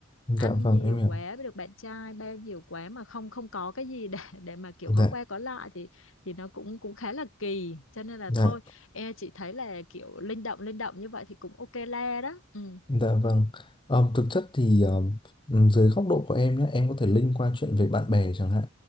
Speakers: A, on the left (about 25°); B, on the left (about 80°).
A: dạ
B: ăn
A: vâng
B: nhiều
A: em hiểu
B: quá với được bạn trai bao nhiều quá mà không không có cái gì để <laughs> để mà kiểu có
A: dạ
B: qua có lại thì thì nó cũng cũng khá là kỳ cho nên là
A: dạ
B: thôi e chị thấy là kiểu linh động linh động như vậy thì cũng ok la đó ừ
A: Dạ vâng. Ờ, thực chất thì ờ, ừm, dưới góc độ của em nhé, em có thể link qua chuyện về bạn bè chẳng hạn.